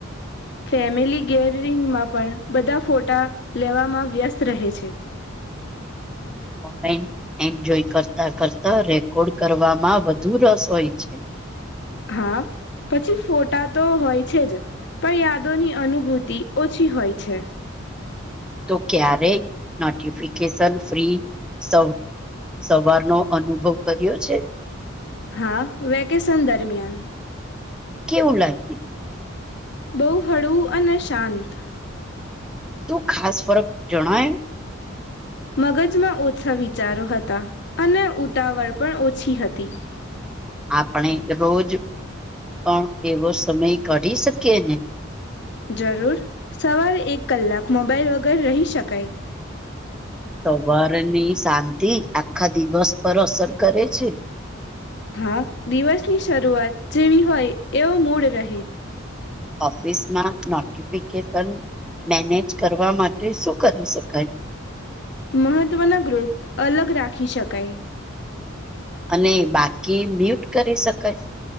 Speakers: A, on the left; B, in the centre.
A: ફેમિલી ગેધરિંગમાં પણ બધા ફોટા લેવામાં વ્યસ્ત રહે છે.
B: <unintelligible> એન્જોય કરતા કરતા રેકોર્ડ કરવામાં વધુ રસ હોય છે.
A: હા. પછી ફોટા તો હોય છે જ. પણ યાદોની અનુભૂતિ ઓછી હોય છે.
B: તો ક્યારે નોટિફિકેશન ફ્રી સવ્ સવારનો અનુભવ કર્યો છે?
A: હા, વેકેશન દરમિયાન.
B: કેવું લાગ્યું?
A: બહુ હળવું અને શાંત.
B: શું ખાસ ફરક જણાયું?
A: મગજમાં ઓછા વિચારો હતા અને ઉતાવળ પણ ઓછી હતી.
B: આપણે રોજ પણ એવો સમય કાઢી શકીએ ને!
A: જરૂર! સવારે એક કલાક મોબાઈલ વગર રહી શકાય.
B: સવાર ની શાંતિ આખા દિવસ પર અસર કરે છે.
A: હા, દિવસની શરૂઆત જેવી હોય એવો મૂડ રહે.
B: ઓફિસમાં નોટિફિકેશન મેનેજ કરવા માટે શું કરી શકાય?
A: મહત્વના ગ્રુપ અલગ રાખી શકાય.
B: અને બાકી મ્યુટ કરી શકાય.